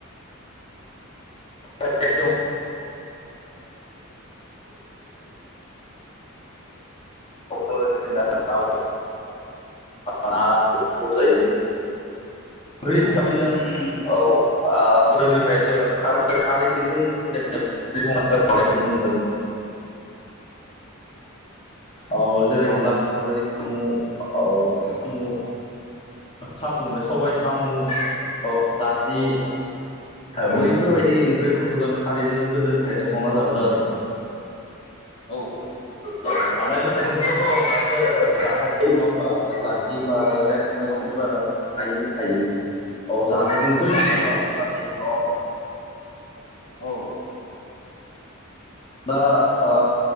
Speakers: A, on the left; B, on the left.
A: बुङोब्ला जों <unintelligible> बायदिसिना बेफोरखौबो जायो हिसाबै
B: औ
A: जों औ गोदोनिफ्राय जों खारै खारैजों संनाखौ नुनो मोनदों नोंथां। औ जेरै अनला खारै सामु औ सामु सामु होनो सबाय सामु नारजि
B: औ
A: बैफोरबायदि ओंख्रिफोरखौ जों खारैजोंनो गोदोनिफ्रायनो संना जाबोदों आरो।
B: औ
A: औ जानाय लोंनायजोंसोथ' मानसिआ जाखायो नङा होमबा ओ मानसि बा गसिबो
B: औ
A: जिब जुनादानो जाखायो लोंखायो। औ जानायजोंसो
B: जाखायो
A: जिउआ
B: जाखायो
A: थांना थायो नङा होमबा नोंथां?
B: औ
A: दा आ